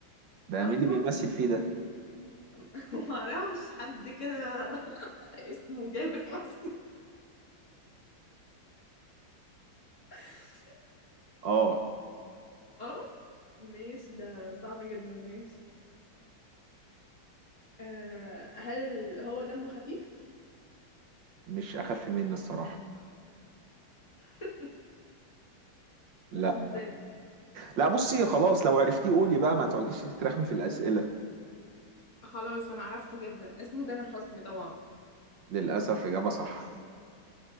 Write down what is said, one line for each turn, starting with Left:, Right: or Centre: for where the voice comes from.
Right: ده
Left: اصلا
Right: مين اللي بيمثل فيه ده
Left: <laughs> معرفش حد كده <laughs> اسمه جابر حسني <laughs>
Right: اه
Left: اه ماشي ده صعب جدا ماشي آه هل هو دمه خفيف؟
Right: مش اخف مني الصراحه
Left: <laughs>
Right: لا
Left: ده حب زاد
Right: لا بصي خلاص لو عرفتيه قولي بقى ما تقعديش تترخمي في الاسئله
Left: خلاص انا عرفته جدا اسمه تامر حسني طبعا
Right: للاسف اجابه صح